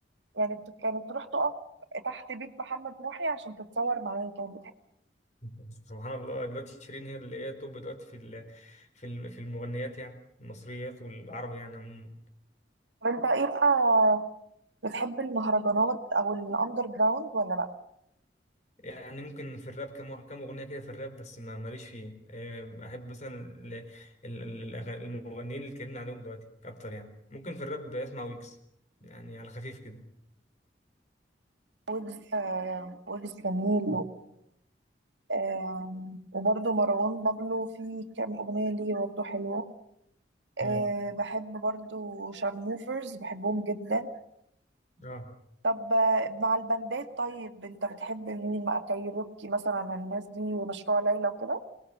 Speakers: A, on the right; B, on the left.
A: يعني بت- كانت تروح تقف تحت بيت محمد محي عشان تتصور معاه كانت بتحب
B: <laughs> سبحان الله دلوقتي شيرين هي اللي هي التوب دلوقتي في ال- في ال- في المغنيات يعني المصريات والعربي يعني عموما
A: طب انت ايه بقى بتحب المهرجانات او الاندر جراوند ولا لا
B: يعني ممكن في الراب كم كم اغنيه كده في الراب بس ما ماليش فيه آه، احب مثلا ال- ال- ال- الأغ- المغنيين اللي اتكلمنا عليهم دلوقتي اكتر يعني ممكن في الراب بسمع ويجز يعني على خفيف كده
A: ويجز آه، ويجز جميل آم، وبرضه مروان بابلو في كام أغنية ليه برضه حلوة آه،
B: امم
A: بحب برضه شارموفرز بحبهم جدا
B: اه
A: طب آه، مع البندات طيب انت بتحب مين مع كايروكي مثلا الناس دي ومشروع ليلى وكده